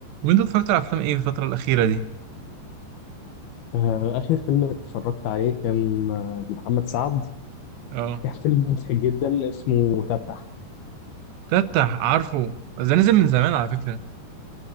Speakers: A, on the right (about 80°); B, on the left (about 70°).
A: وانت اتفرجت على افلام ايه في الفتره الاخيره دي
B: آه، آخر فيلم اتفرجت عليه كان آه، لمحمد سعد
A: اه
B: كان فيلم مضحك جدا اسمه تفتح
A: تفتح عارفه ده نزل من زمان على فكره